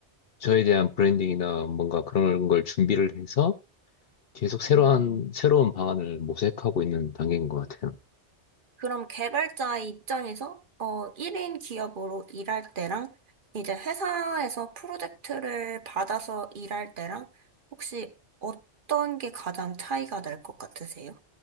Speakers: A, on the left; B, on the right.
A: 저에 대한 브랜딩이나 뭔가 그런 걸 준비를 해서 계속 새로운,
B: 음.
A: 새로운 방안을 모색하고 있는 단계인 것 같아요.
B: 그럼 개발자 입장에서 어 1인 기업으로 일할 때랑 이제 회사에서 프로젝트를 받아서 일할 때랑 혹시 어떤 게 가장 차이가 날 것 같으세요?